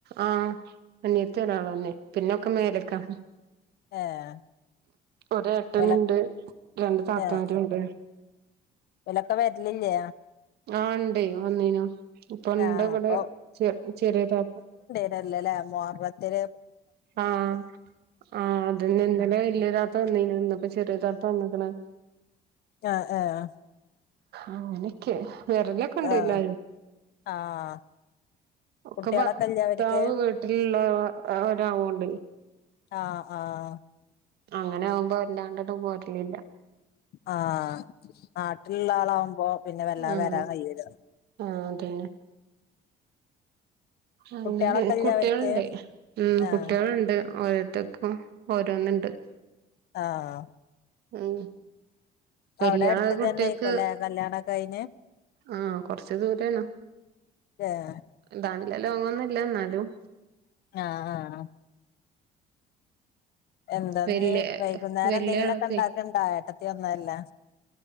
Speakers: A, on the right (about 75°); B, on the left (about 70°).
A: ആഹ് അനിയത്തി ഒരാളെന്നെ പിന്നൊക്കെ മേലക്കാ.
B: ഏഹ്
A: ഒരു എട്ടനുണ്ട്
B: ഓല
A: രണ്ട് താത്താരുണ്ട്.
B: ഏഹ് ഓലൊക്കെ വരലില്ലേ?
A: ആഹ് ഇണ്ടയ് വന്നിനു ഇപ്പൊ ഇണ്ട്
B: ആഹ്
A: ഇവിടെ
B: അപ്പൊ
A: ചെ ചെറിയ താത്ത
B: ല്ലല്ലേ മൊഹറത്തില്
A: ആഹ് ആഹ് അതന്നെ ഇന്നലെ വലിയ താത്ത വന്നിനു ഇന്നിപ്പോ ചെറിയ താത്ത വന്ന്ക്ക്ണ്
B: ഏ ഏഹ്
A: അങ്ങനൊക്കെ വറ ലൊ ക്കെ ഇണ്ട്
B: ആഹ്
A: എല്ലാരും
B: ആഹ്
A: ഒക്കെ
B: കുട്ടികളൊക്കെ
A: ഭർത്താവ്
B: ഇല്ലേ അവര്ക്ക്
A: വി ട്ടിലില്ലവരായോ ണ്ടെയ്
B: ആഹ് ആഹ്
A: അങ്ങനെ ആവുമ്പോ വല്ലാണ്ടണ്ട് പോരലില്ല.
B: ആഹ് നാട്ടിലുള്ള ആളാവുമ്പോ പിന്നെ വല്ലാതെ
A: ആഹ്
B: വരാൻ കയുല്ല.
A: ആഹ് അതെ അങ്ങനെ
B: കുട്ടികളൊക്കെ ഇല്ലേ
A: കുട്ട്യള്ണ്ട്
B: അവര്ക്ക്
A: ഉം
B: ആഹ്
A: കുട്ട്യാലുണ്ട് ഓലട്ത്ത് ഓരോന്ന്ണ്ട്
B: ആഹ്
A: ഉം വല്യ
B: അവിടെ അടുത്ത്
A: കുട്ടിയക്ക്
B: ക്കന്നെയ്ക്കുംലെ കല്യാണം കഴിഞ്ഞെ
A: ആഹ് കൊറച്ച് ദൂരേണ്
B: എഹ്
A: നല്ല ലോങ്ങൊന്നും ല്ല ന്നാലും
B: ആഹ് ആഹ് എന്താ
A: വല്യ
B: ഞ്ഞിവൈകുന്നേരം
A: വല്യ
B: എന്തെങ്കിലും
A: ആളൊക്കെ
B: ഒക്കെ ഇണ്ടാക്കണ്ടോ ഏട്ടത്തി വന്നല്ലേ